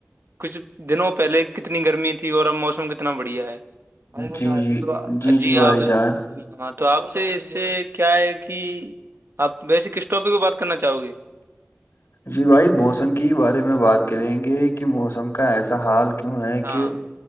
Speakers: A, on the right; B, on the left.
A: کچھ دنوں پہلے کتنی گرمی تھی اور اب موسم کتنا بڑھیا ہے ب
B: جی جی
A: ب جی
B: بھائی
A: آپ
B: جان
A: اں تو آپ سے اس سے کیا ہے کہ آپ بیس کس ٹاپک میں بات کرنا چاہو گی
B: جی بھائی موسم کی بارے میں بات کریں گے کہ موسم کا ایسا حال کیوں ہے
A: ہاں
B: کہ